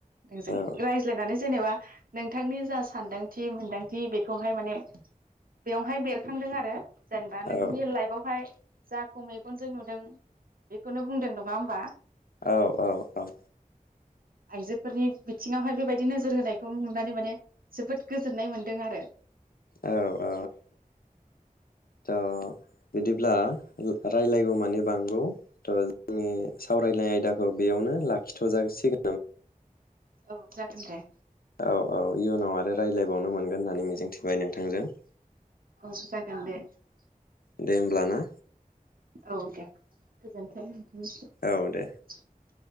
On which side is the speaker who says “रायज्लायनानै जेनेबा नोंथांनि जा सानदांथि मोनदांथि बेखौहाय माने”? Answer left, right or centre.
Right